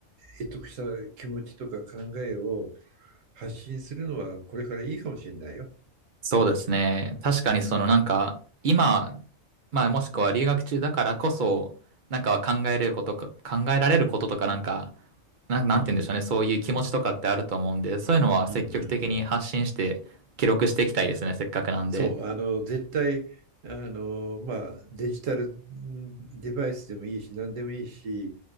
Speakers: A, on the right (about 70°); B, on the right (about 55°).
A: 得得した気持ちとか考えを発信するのはこれからいいかもしれないよ。
B: そうですね。確かにそのなんか今、
A: うん、
B: まあもしくは留学中だからこそ、なんか考えれることか、考えられることとかなんか、なん、なんて言うんでしょうね。
A: うん、
B: そういう気持ちとかってあると思うんで、そういうのは積極的に発信して記録していきたいですね。
A: うん、うん、うん。
B: せっかくなんで。
A: そう、あの、絶対、あの、まあ、デジタルデバイスでもいいし、何でもいいし、